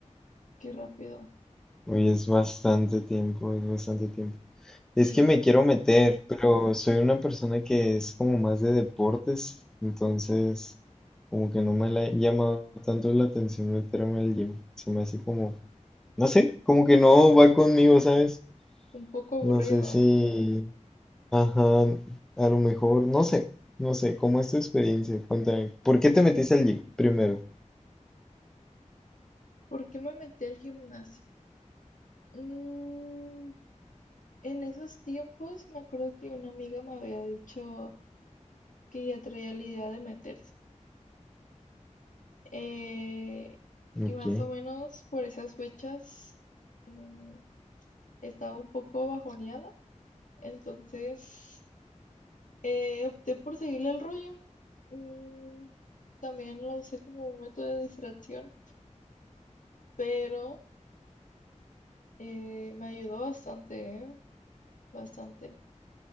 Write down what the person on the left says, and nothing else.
Qué rápido.
Sí,
un poco aburrido.
¿Por qué me metí al gimnasio? Mm, en esos tiempos me acuerdo que una amiga me había dicho que ya traía la idea de meterse. eh,
y más o menos por esas fechas mm, estaba un poco bajoneada, entonces eh, opté por seguirle el rollo. Mm, también lo usé como un método de distracción, pero eh, me ayudó bastante, ¿eh? Bastante.